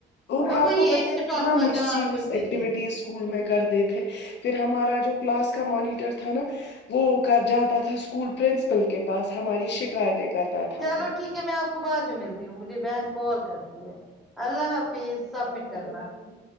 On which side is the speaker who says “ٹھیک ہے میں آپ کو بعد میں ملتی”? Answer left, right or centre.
Centre